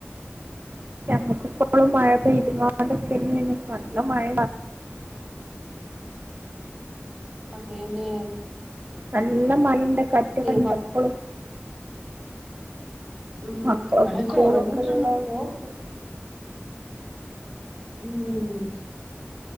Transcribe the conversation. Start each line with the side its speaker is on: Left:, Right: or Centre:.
Right: ഞങ്ങക്കിപ്പോളും മഴ പെയ്ത്കോണ്ട്ക്കെന്നേണ്. നല്ല മഴ.
Centre: അതേലേ
Right: നല്ല മഴിണ്ട് കാറ്റൊകെണ്ട്
Centre: മ
Right: പ്പളും.
Centre: ഉം
Right: മക്കളെ
Centre: ഇവിടെ
Right: സ്കൂളൊക്കെ
Centre: കൊറഞ്ഞിട്ടുണ്ട്
Right: ള്ളാഓണ്ടായ്ക്കും
Centre: ഇപ്പോ ഉം